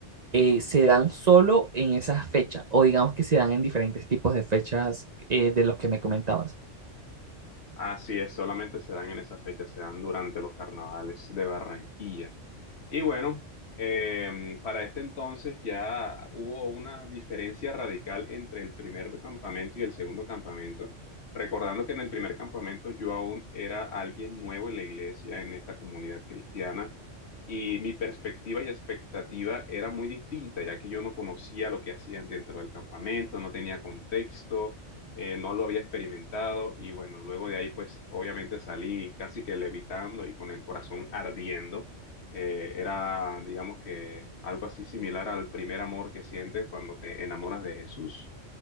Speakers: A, on the right; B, on the left.
A: eh, se dan solo en esas fechas, o digamos que se dan en diferentes tipos de fechas eh, de los que me comentabas.
B: Así es, solamente se dan en esa fecha, se dan durante los carnavales de Barranquilla. Y bueno, em, para este entonces ya hubo una diferencia radical entre el primer campamento y el segundo campamento. Recordando que en el primer campamento yo aún era alguien nuevo en la iglesia, en esta comunidad cristiana, y mi perspectiva y expectativa era muy distinta, ya que yo no conocía lo que hacían dentro del campamento, no tenía contexto, eh, no lo había experimentado, y bueno, luego de ahí pues obviamente salí casi que levitando y con el corazón ardiendo eh, era, digamos que, algo así similar al primer amor que sientes cuando te enamoras de Jesús.